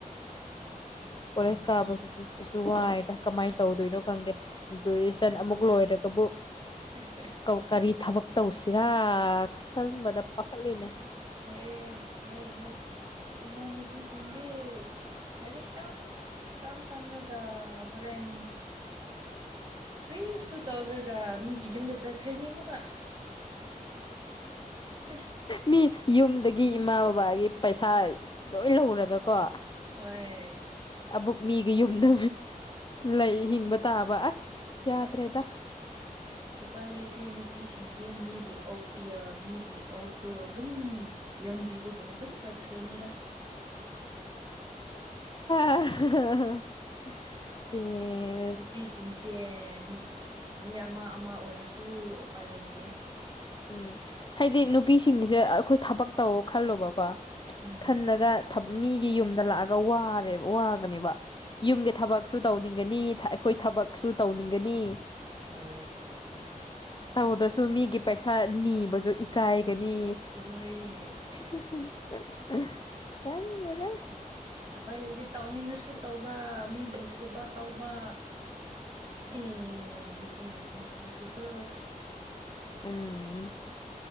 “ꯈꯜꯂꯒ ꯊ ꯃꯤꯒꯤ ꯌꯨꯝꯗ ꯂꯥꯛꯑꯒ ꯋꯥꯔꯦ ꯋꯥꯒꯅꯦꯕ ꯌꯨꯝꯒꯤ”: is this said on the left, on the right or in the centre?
Left